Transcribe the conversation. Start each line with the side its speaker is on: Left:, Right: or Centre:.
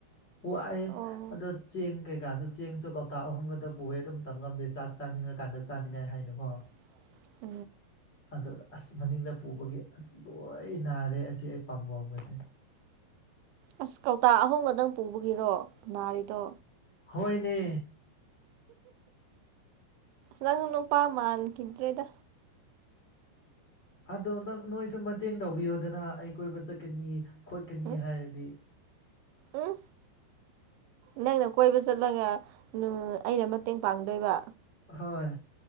Left: ꯋꯥꯌꯦꯦ
Right: ꯑꯣ
Left: ꯑꯗꯣ ꯆꯦꯡ ꯀꯩꯀꯥꯁꯨ ꯆꯦꯡꯁꯨ ꯀꯧꯇꯥ ꯑꯍꯨꯝꯒꯗ ꯄꯨꯑꯦ ꯑꯗꯨꯝ ꯇꯝ ꯉꯝꯗꯦ ꯆꯥꯛ ꯆꯥꯅꯤꯡꯉꯀꯥꯟꯗ ꯆꯥꯅꯤꯡꯉꯥꯏ ꯍꯥꯏꯅꯨꯀꯣ
Right: <inaudible>
Left: ꯑꯗꯨꯗ ꯑꯁ ꯃꯅꯤꯡꯗ ꯄꯨꯕꯒꯤ ꯑꯁ ꯂꯣꯏ ꯅꯥꯔꯦ ꯑꯁꯤ ꯑꯩ ꯄꯥꯝꯕꯝꯒꯁ <unintelligible>
Right: ꯑꯁ ꯀꯧꯇꯥ ꯑꯍꯨꯝꯒꯗꯪ ꯄꯨꯕꯒꯤꯔꯣ ꯅꯥꯔꯤꯗꯣ
Left: ꯍꯣꯏꯅꯦ
Right: ꯅꯪ ꯅꯨꯄꯥ ꯃꯥꯟꯈꯤꯗ꯭ꯔꯦꯗ
Left: ꯑꯗꯣ ꯅꯪ ꯅꯣꯏꯁꯨ ꯃꯇꯦꯡ ꯇꯧꯕꯤꯌꯣꯗꯅ ꯑꯩ ꯀꯣꯏꯕ ꯆꯠꯀꯅꯤ ꯈꯣꯠꯀꯅꯤ
Right: ꯎꯝ
Left: ꯍꯥꯏꯔꯗꯤ
Right: ꯎꯝ ꯅꯪꯅ ꯀꯣꯏꯕ ꯆꯠꯂꯒ ꯑꯩꯅ ꯃꯇꯦꯡ ꯄꯥꯡꯗꯣꯏꯕ
Left: ꯍꯣꯏ